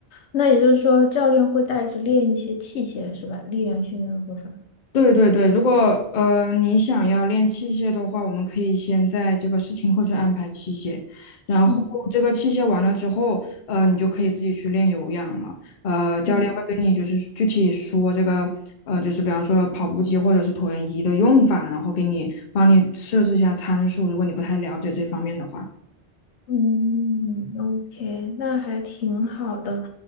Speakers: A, on the left; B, on the left.
A: 那也就是说，教练会带着练一些器械是吧？力量训练的部分。
B: 对对对，如果呃你想要练器械的话，我们可以先在这个试听课去安排器械，然后这个器械完了之后，
A: 嗯
B: 呃，你就可以自己去练有氧了。呃，教练会跟你就是具体说这个，
A: 嗯
B: 呃，就是比方说跑步机或者是椭圆仪的用法，然后给你帮你设置一下参数，如果你不太了解这方面的话。
A: 嗯，OK，那还挺好的。